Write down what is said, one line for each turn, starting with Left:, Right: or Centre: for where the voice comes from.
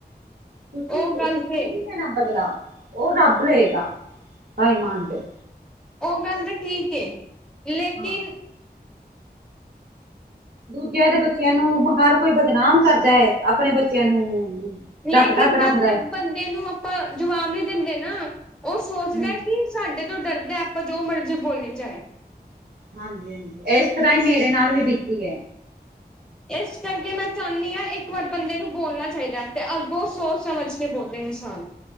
Right: ਤੁਸੀਂ,
Centre: ਉਹ
Right: ਤੁਸੀਂ
Centre: ਗੱਲ ਤੇ
Right: ਨੀਂ ਲੈਣਾ ਬਦਲਾ। ਉਹ ਰੱਬ ਲਏਗਾ, ਟਾਈਮਾ ਆਨ ਤੇ।
Centre: ਉਹ ਗੱਲ ਤੇ ਠੀਕ ਏ, ਲੇਕਿਨ
Right: ਹਾਂ ਦੂਜਿਆਂ ਦੇ ਬੱਚਿਆਂ ਨੂੰ ਬ ਹਰ ਕੋਈ ਬਦਨਾਮ ਕਰਦਾ ਏ, ਆਪਣੇ ਬੱਚਿਆਂ ਨੂੰ
Centre: ਲੇਕਿਨ,
Right: ਢੱਕ ਢੱਕ
Centre: ਜਦ
Right: ਰੱਖਦਾ
Centre: ਤੱਕ
Right: ਹੈ
Centre: ਬੰਦੇ ਨੂੰ ਆਪਾਂ ਜਵਾਬ ਨਹੀ ਦਿੰਦੇ ਨਾ, ਉਹ ਸੋਚਦਾ
Right: ਹਮ
Centre: ਕਿ ਸਾਡੇ ਤੋਂ ਡਰਦੈ, ਆਪਾਂ ਜੋ ਮਰਜ਼ੀ ਬੋਲੀ ਜਾਏ।
Right: ਹਾਂਜੀ-ਹਾਂਜੀ, ਇਸ ਤਰ੍ਹਾਂ ਹੀ ਮੇਰੇ ਨਾਲ ਵੀ ਬੀਤੀ ਐ।
Centre: ਇਸ ਕਰਕੇ ਮੈਂ ਚਾਉਨੀਂ ਆਂ, ਇੱਕ ਵਾਰ ਬੰਦੇ ਨੂੰ ਬੋਲਣਾ ਚਾਹੀਦੈ। ਤੇ ਅੱਗੋਂ ਸੋਚ ਸਮਝ ਤੇ ਬੋਲੇ ਇਨਸਾਨ।